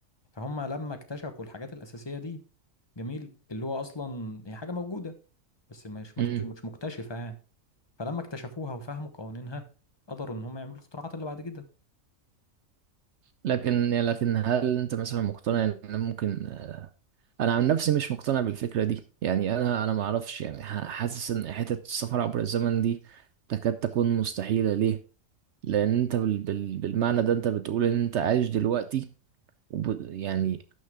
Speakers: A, on the left (about 20°); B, on the right (about 65°).
A: فهم لما اكتشفوا الحاجات الأساسية دي جميل اللي هو اصلا هي حاجة موجودة بس مش مكت-
B: امم
A: مش مكتشفة يعني فلما اكتشفوها وفهموا قوانينها قدروا ان هم يعملوا الاختراعات اللي بعد كده
B: لكن يعني لكن هل انت مثلا مقتنع ان ممكن آه، انا عن نفسي مش مقتنع بالفكرة دي يعني انا انا ما اعرفش يعني ح- حاسس ان حتة السفر عبر الزمن دي تكاد تكون مستحيلة ليه لان انت بال بال بالمعنى ده انت بتقول ان انت عايش دلوقتي وب يعني